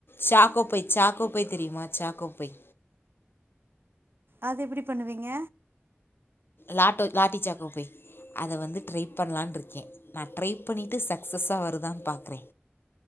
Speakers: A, on the left (about 60°); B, on the right (about 55°).
A: choco pie choco pie தெரியுமா சாக்கோ போய்
B: அது எப்டி பண்ணுவீங்க
A: லாட்டோ லாட்டிச்சாக் போய் அத வந்து ட்ரை பண்லான்னு இருக்கே நான் ட்ரை பண்ணிட்டு சக்சஸ்ஸா வருதான்னு பாக்றே